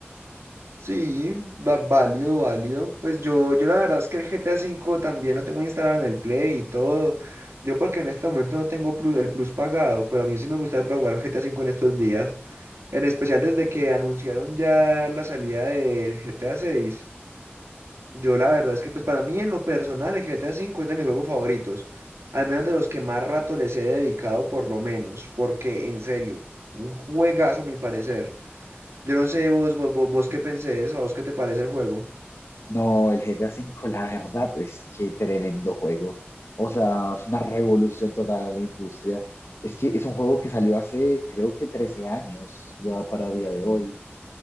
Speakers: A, on the right; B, on the left.
A: Sí, va- válido, válido. Pues yo, yo la verdad es que el GTA V también lo tengo instalado en el Play y todo. Yo porque en este momento no tengo plus- el plus pagado, pero a mí sí me gustaría jugar GTA V en estos días. En especial desde que anunciaron ya la salida del GTA 6. Yo la verdad es que pues para mí en lo personal el GTA 5 es de mis juegos favoritos. Al menos de los que más rato les he dedicado por lo menos. Porque en serio, un juegazo a mi parecer. Yo no sé vos, vos, vos, vos qué pensés o a vos qué te parece el juego.
B: No, el GTA cinco, la verdad es que tremendo juego. O sea, es una revolución total a la industria. Es que es un juego que salió hace, creo que 13 años, ya para día de hoy.